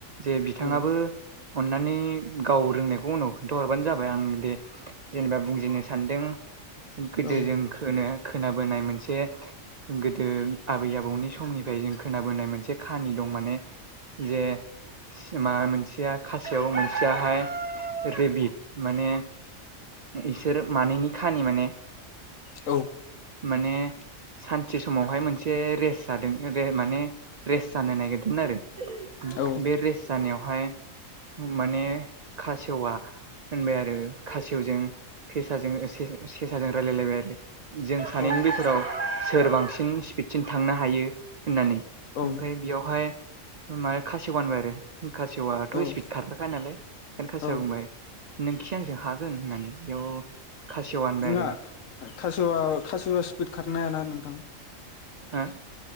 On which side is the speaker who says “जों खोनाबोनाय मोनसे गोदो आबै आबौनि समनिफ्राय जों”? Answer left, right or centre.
Right